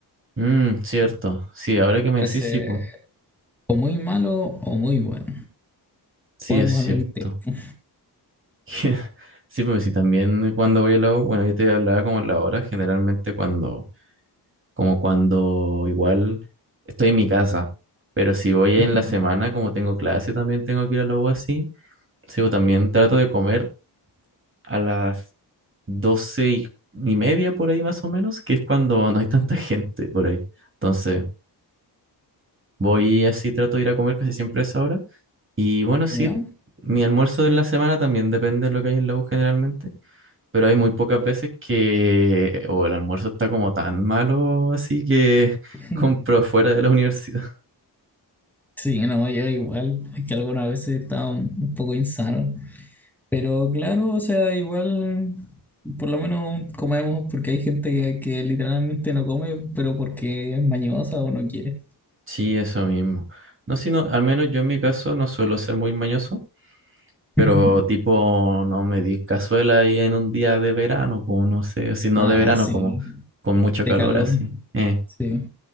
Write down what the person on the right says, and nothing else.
Mmm, cierto, sí, ahora que me
decís,
sí, po
sí,
es cierto.
<laughs> Sí, pues sí, también cuando voy a la U, bueno, yo te hablaba como en la hora, generalmente cuando, como cuando igual estoy en mi casa, pero si voy
en la semana, como tengo clase, también tengo que ir a la U así, sí, pues también trato de comer a las doce y y media por ahí más o menos, que es cuando no hay tanta gente por ahí. Entonces, voy así, trato de ir a comer casi siempre a esa hora. Y bueno, sí,
mi almuerzo de la semana también depende de lo que hay en la U generalmente. pero hay muy pocas veces que o el almuerzo está como tan malo, así que <laughs>
compro fuera de la universidad. <laughs>
Sí, eso mismo. No, sino, al menos yo en mi caso no suelo ser muy mañoso, pero
tipo, no me di cazuela ahí en un día de verano, pues no sé, o si no
de verano,
como con mucho
calor
así. Eh,